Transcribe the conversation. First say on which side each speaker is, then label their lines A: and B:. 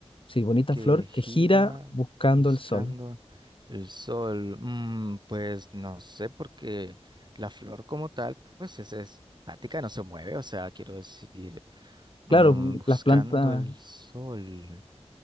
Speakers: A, on the left (about 50°); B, on the right (about 40°).
A: Sí, bonita
B: que
A: flor
B: gira
A: que gira buscando
B: buscando
A: el sol.
B: el sol. Mm, pues no sé, porque la flor como tal, pues es, es estática, no se mueve. O sea, quiero decir, mm,
A: Claro, mm,
B: buscando
A: las plantas.
B: el sol.